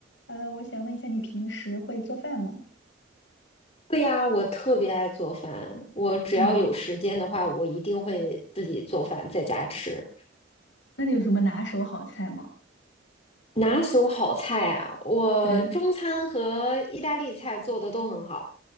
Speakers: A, on the left (about 65°); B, on the left (about 30°).
A: h e 我想问一下，你平时会做饭吗？
B: 对呀，我特别爱做饭。我只要有时间的话，
A: 是吗？
B: 我一定会自己做饭在家吃。
A: 那你有什么拿手好菜吗？
B: 拿手好菜啊，我中餐和意大利菜做的都很好。
A: 对，